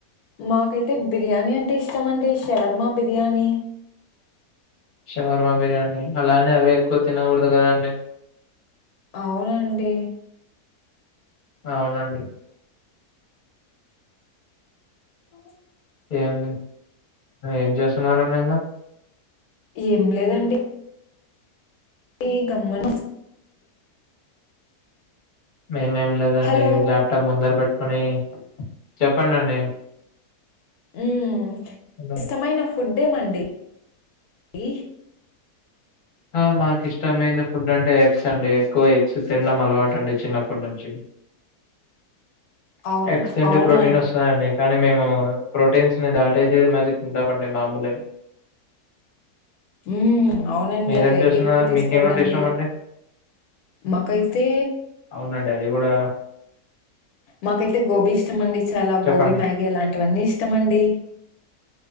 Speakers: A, on the left; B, on the left.
A: మాకైతే బిర్యానీ అంటే ఇష్టమండి షవర్మా బిర్యానీ
B: షవర్మా బిర్యానీ అలానే అవి ఎక్కువ తినకూడదు కదండి
A: అవునండి
B: అవునండి
A: <inaudible>
B: ఏం ఏం చేస్తున్నారండి ఇంకా
A: ఏం లేదండి ఏ గమ్మన కుస్
B: మేమేం లేదండి
A: హలో
B: ల్యాప్టాప్ ముందర పెట్టుకుని చెప్పండండి
A: ఉమ్
B: అదా!
A: ఇష్టమైన ఫు ఫుడ్డే మండి ఈ
B: ఆ మాకు ఇష్టమైన ఫుడ్ అంటే ఎగ్స్ అండి ఎక్కువ ఎగ్స్ తినడం అలవాటు అండి చిన్నప్పటి నుంచి
A: అవును.
B: ఎగ్స్ అంటే
A: అవునా
B: ప్రోటీన్ వస్తాది అండి కానీ మేము ప్రోటీన్స్ ని దాటేసేది మళ్ళీ తింటామండి మామూలే
A: ఉ అవునండి
B: మీరేం
A: అట్లా
B: చేస్తున్నారు?
A: ఎగ్ ఎక్కువ తీసుకూడదండి
B: మీకేమంటే ఇష్టమండి?
A: మాకైతే
B: అవునండి అది గూడా
A: మాకైతే గోబీ ఇష్టం అండి చాలా
B: చెప్పండి.
A: గోబీ మ్యాగీ అలాంటివన్నీ ఇష్టం ఇష్టమండి